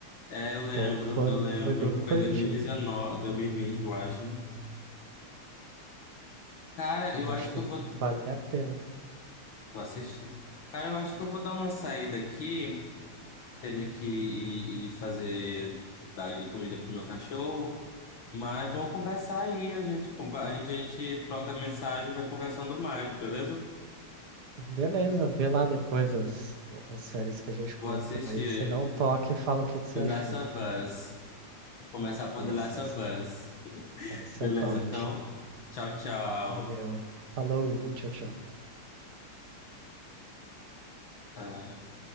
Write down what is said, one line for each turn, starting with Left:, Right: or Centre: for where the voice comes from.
Left: É, eu lembro,
Right: Então foi,
Left: eu lembro.
Right: foi bem curtinho.
Left: Foi dois dois mil mil e dezenove, dois mil e vinte eu acho. Cara, eu
Right: Acho
Left: acho que
Right: que
Left: eu vou,
Right: vale a pena.
Left: vou assistir. Cara, eu acho que eu vou dar uma saída aqui. Tenho que ir ir fazer, dar comida pro meu cachorro. Mas vamos conversar aí. A gente, conver- a gente troca mensagem, vai conversando mais, beleza?
Right: Beleza, vê lá depois as, as séries que a gente comentou
Left: Vou assistir
Right: aí. Você dá um toque e fala o que que você
Left: The
Right: achou.
Left: Last of Us. Vou começar por
Right: Isso,
Left: The Last
Right: essa,
Left: of Us.
Right: essa
Left: Beleza,
Right: é top.
Left: então. Tchau, tchau.
Right: Valeu. Falou, tchau, tchau.
Left: Ah.